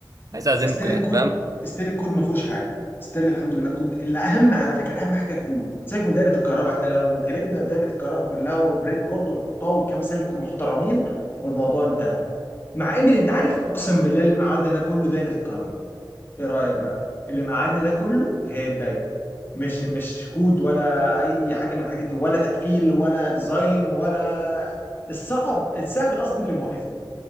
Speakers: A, on the right; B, on the left.
A: عايز اعزمكم
B: ستيل
A: يعني
B: الكود
A: فاهم
B: ستيل الكود ما فيهوش حاجه ستيل الحمد لله الكود الاهم على فكره اهم حاجه الكود سيبك من دايره الكهرباء احنا لو غلبنا في دايره الكهرباء كلها وبريد بورد ونحطها وكام سلك محترمين والموضوع انتهى مع ان انت عارف اقسم بالله اللي مقعدنا ده كله دايره الكهرباء ايه رايك بقى اللي مقعدنا ده كله هي الدايره مش مش كود ولا اي حاجه من الحاجات دي ولا تقفيل ولا ديزاين ولا الصعب السهل قصدي اللي موقفنا